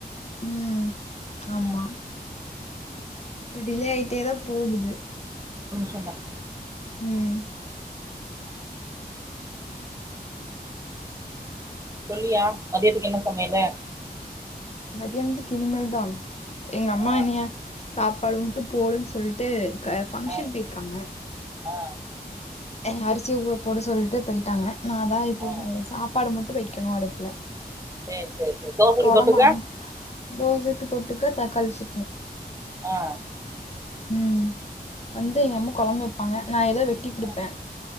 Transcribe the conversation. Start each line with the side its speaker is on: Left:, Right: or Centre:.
Left: ம் ஆமா
Right: ம்
Left: இப் டிலே ஆய்ட்டேதா போகுது
Right: என்ன
Left: ம்
Right: சொல்லுயா மதியத்துக்கு என்ன சமயலு
Left: மதியான்திக் கினிமேல்தா எங்க அம்மா
Right: ஆ
Left: என்னய சாப்பாடு மட்டு போடுன் சொல்ட்டு க ஃபங்க்ஷன்
Right: ஆ
Left: பேயிர்க்காங்க
Right: ஆ
Left: எனய அரிசி ஊர போட சொல்ட்டு போய்ட்டாங்க நாதா இப்போ
Right: ஆ
Left: சமைக்க சாப்பாடு மட் டு வெய்க்கனு அடுப்புல
Right: சரி சரி சரி தோசைக்கு
Left: கொலம்பு
Right: தொட்டுக்க
Left: அம்ம தோசைக் கு தொட்டுக்க தக்காளி சட்னி
Right: ஆ
Left: ம் வந்து எங்க அம்மா கொலம்பு வெப்பாங்க நா ஏதோ வெட்டி குடுப்பே
Right: ஆ